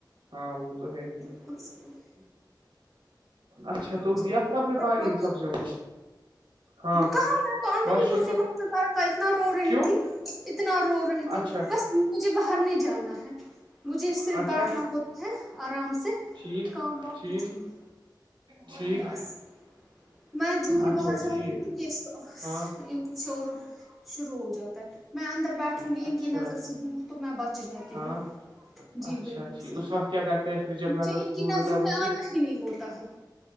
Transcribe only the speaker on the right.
ہاں وہ تو ہے ہی
اچھا تو
دیا پھرپ نے
پانی
سبزیوں کو ہاں
بس
شکر
کیوں
اچھا
اچھا
ٹھیک
ٹھیک
ٹھیک
اچھا
ٹھیک
ہاں
اچھا
ہاں
اچھا
ٹھیک
اس وقت کیا کرتے ہیں پھر جب
نظر سے
دور
ہوتا ہے اب ان
کے